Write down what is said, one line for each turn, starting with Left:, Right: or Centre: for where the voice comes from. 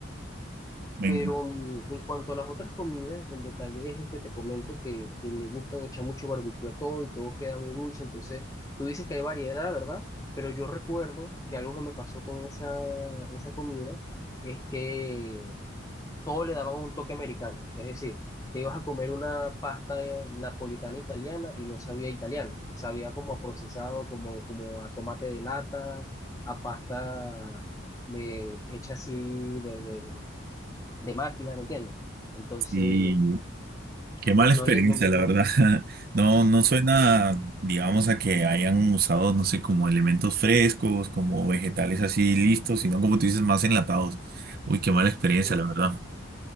Right: venga
Left: Pero mm, en cuanto a las otras comidas, el detalle es el que te comento que, que le buscan echar mucho barbecue a todo y todo queda muy dulce. Entonces, tú dices que hay variedad, ¿verdad? Pero yo recuerdo que algo que me pasó con esa, esa comida es que todo le daban un toque americano. Es decir, te ibas a comer una pasta eh, napolitana italiana y no sabía italiano. Sabía como a procesado, como, como a tomate de lata, a pasta eh, hecha así de de máquina, ¿me entiendes? Entonces,
Right: Sí, qué mala
Left: no
Right: experiencia,
Left: le, no, me-
Right: la
Left: no-
Right: verdad. <laughs> No, no suena, digamos, a que hayan usado, no sé, como elementos frescos, como vegetales así listos, sino como tú dices, más enlatados. Uy, qué mala experiencia,
Left: sí,
Right: la verdad.